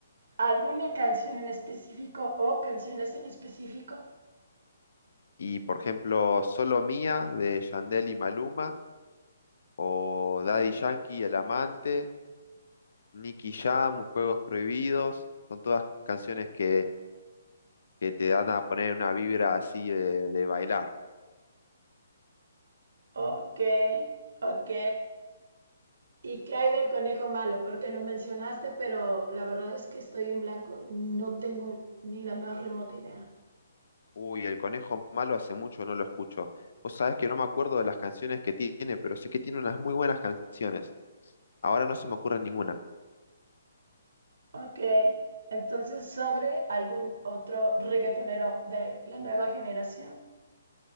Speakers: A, on the right; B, on the left.
A: ¿alguna canción en específico o canciones en específico?
B: Y por ejemplo, Solo Mía de Yandel y Maluma, o Daddy Yankee y El Amante, Nicky Jam, Juegos Prohibidos, son todas canciones que, que te dan a poner una vibra así de, de bailar.
A: Ok, ok. ¿Y qué hay del conejo malo? Porque lo mencionaste, pero la verdad es que estoy en blanco. No tengo ni la más remota idea.
B: Uy, El Conejo Malo hace mucho no lo escucho. Vos sabés que no me acuerdo de las canciones que tiene, pero sé que tiene unas muy buenas canciones. Ahora no se me ocurre ninguna.
A: Ok, entonces sobre algún otro reggaetonero de la nueva generación.